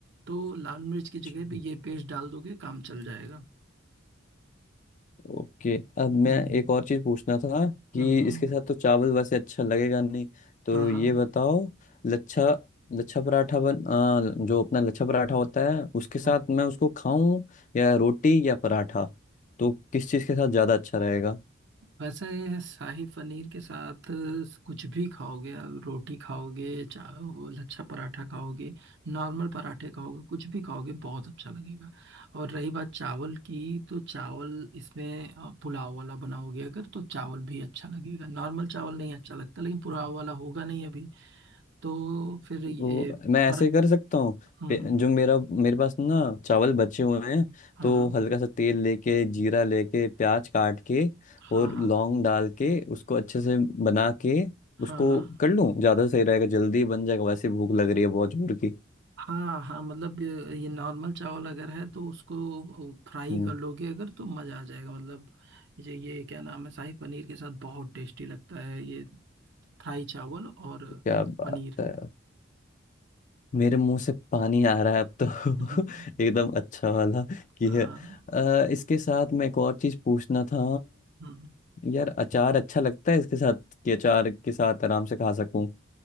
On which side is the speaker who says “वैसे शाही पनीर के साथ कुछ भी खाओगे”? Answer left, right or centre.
Right